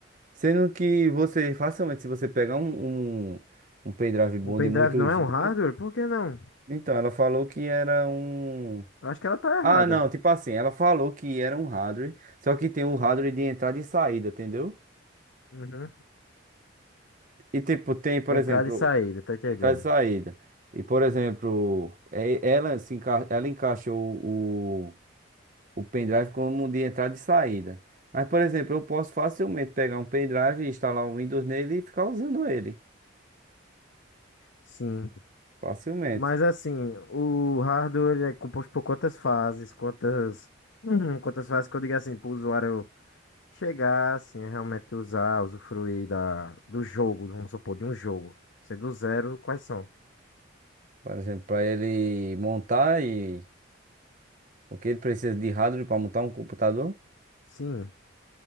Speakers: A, on the right; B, on the left.
A: Sendo que você, facilmente, se você pegar um, um, um pendrive bom
B: Um pendrive
A: de muito
B: não
A: giga.
B: é um hardware? Por que não?
A: Então, ela falou que era um.
B: Acho que ela tá errada.
A: Ah, não, tipo assim, ela falou que era um hardware, só que tem um hardware de entrada e saída, entendeu?
B: Uhum.
A: E, tipo, tem, por
B: Entrada
A: exemplo,
B: e saída, tá entendendo?
A: entrada e saída. E, por exemplo, é- ela, se enca... ela encaixou o. o pendrive como de entrada e saída. Mas, por exemplo, eu posso facilmente pegar um pendrive e instalar um Windows nele e ficar usando ele.
B: Sim.
A: Facilmente.
B: Mas assim, o hardware ele é composto por quantas fases, quantas, <clears throat> Uhum. quantas fases que eu digo assim, para o usuário chegar, assim, a realmente usar, usufruir da, do jogo, vamos supor, de um jogo. Sei do zero, quais são?
A: Por exemplo, para ele montar e o que ele precisa de hardware para montar um computador,
B: Sim,